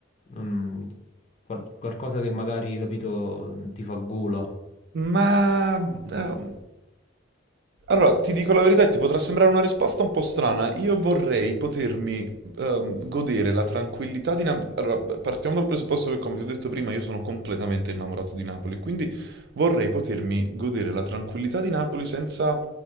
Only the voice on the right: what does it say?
ma ehm, Allora, ti dico la verità, e ti potrà sembrare una risposta un po' strana. Io vorrei potermi ehm, godere la tranquillità di Napoli. Allora, partiamo dal presupposto che, come ti ho detto prima, io sono completamente innamorato di Napoli, quindi vorrei potermi godere la tranquillità di Napoli senza